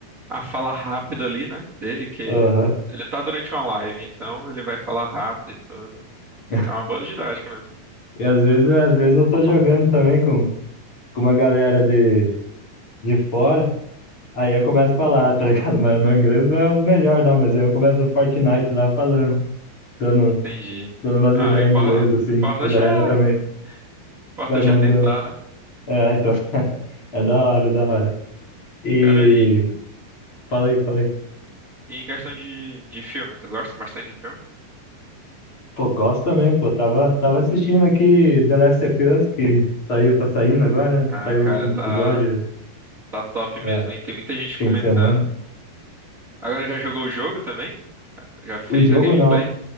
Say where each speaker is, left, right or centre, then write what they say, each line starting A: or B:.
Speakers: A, on the right (about 25°); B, on the left (about 35°).
A: a fala rápida ali, né? Dele, que
B: aham.
A: ele tá durante uma live, então ele vai falar rápido e tudo.
B: <laughs>
A: É uma boa didática mesmo.
B: E às vezes, às vezes eu tô jogando também com, com uma galera de, de fora, aí eu começo a falar, <laughs> tá ligado? Mas meu inglês não é o melhor, não, mas aí eu começo no Fortnite lá falando, dando,
A: Entendi.
B: dando umas
A: Ah,
B: ideias
A: o impor-
B: em inglês, assim.
A: o importante
B: A galera
A: é,
B: também
A: o importante
B: vai mandando.
A: é tentar, né?
B: É, então, é da hora, é da hora. E
A: Cara, e,
B: falei, falei.
A: e em questão de, de filme, tu gosta bastante de filme?
B: Pô, gosto também, pô. Tava, tava assistindo aqui The Last of Us, que saiu, tá saindo agora, né?
A: Ah,
B: Saiu
A: cara,
B: o último
A: tá,
B: episódio,
A: tá top mesmo,
B: é,
A: hein? Tem muita gente
B: fim
A: comentando.
B: de semana.
A: Agora já jogou o jogo também? Já fez
B: O jogo
A: a gameplay?
B: não.